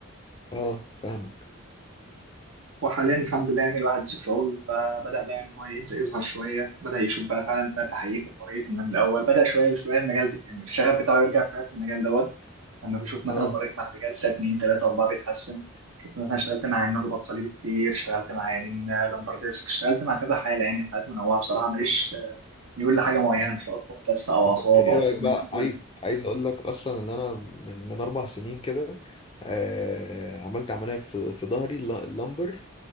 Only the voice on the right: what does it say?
وحاليا الحمد لله يعني الواحد مسك شغل فبدأ بقى إن هو يبدأ يظهر شوية بدأ يشوف بقى فعلا فرق حقيقي في المريض من الأول بدأ شوية بشوية المجال ب- يعني الشغف بتاعه يرجع شوية في المجال دوت لما بيشوف مثلا
مريض بعد جلسة اتنين تلاتة أربعة بيتحسن شفت مثلا اشتغلت مع عيانين رباط صليبي كتير اشتغلت مع عيانين لمبر ديسك اشتغلت مع كذا حالة يعني حالات منوعة بصراحة ماليش آه، ميول لحاجة معينة
إن شاء الله بس أو
أعصاب
أو
ظهر
كله